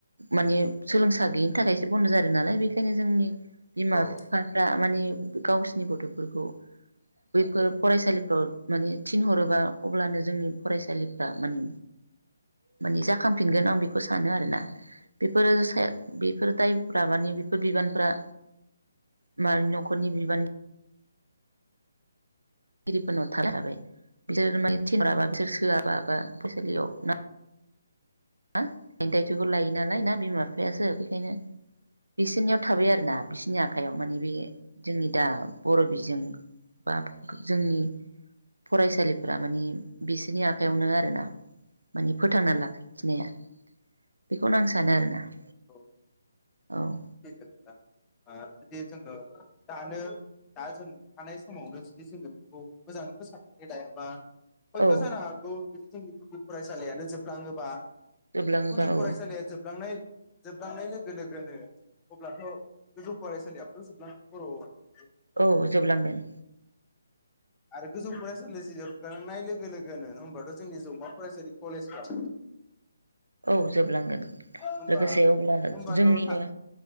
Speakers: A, on the right; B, on the left.
A: माने सोलोंसा गैयिनि थाखायसो बन्द' जादों नालाय बेखायनो जोंनि बिमा
B: औ
A: बिफाफ्रा माने गावसोरनि गथ'फोरखौ बैफोर फरायसालिफ्राव माने थिनहरोबा अब्लानो जोंनि फरायसालिफ्रा माने माने जाखांफिनगोन आं बेखौ सानो आरोना बेफोरो बेफोर दाइपफ्रा माने बेफोर बिबानफ्रा बिमानि न'खरनि बिबान गिरिफोरनाव थानो हाबाय बिसोर माने थिनहराबा बिसोर सोआबा बा फरायसालियाव ना ना बे दाय थ'खौ लायो नालाय
B: औ
A: ना बिमा बिफायासो बेखायनो बिसोरनियाव थाबाय आरोना । बिसोरनि आखाइायाव माने बे जोंनि दा बर' बिजों बा जोंनि फरायसालिफोरा माने बिसोरनि आखयावनो आरोना माने फोथांना ला खिनाया बेखौनो आं सानो आरोना ।
B: औ
A: औ
B: सैथो खोथा ओ जुदि जोङो दानो दा जों थानाय समावनो जुदि जोङो बेखौ मोजाङै फोसाबनानै लायाबा हयथ'
A: औ
B: जानो हागौ जुदि जोंनि गुदि फरायसालियानो जोबलाङोबा
A: जोबलाङोबा
B: गुदि
A: औ
B: फरायसालिया जोबलांनाय जोबलांनाय लोगो लोगोनो अब्लाथ' गोजौ फरायसालियावथ' जोबलांगोन बर'
A: औ जोबलांगोन।
B: आरो गोजौ फरायसालि जोबलांनाय लोगो लोगोनो होनबाथ' जोंनि जौमा फरायसालि कलेजफ्रा
A: औ जोबलांगोन
B: होमबा
A: लोगोसे अब्ला
B: होमबाथ'
A: जोंनिनो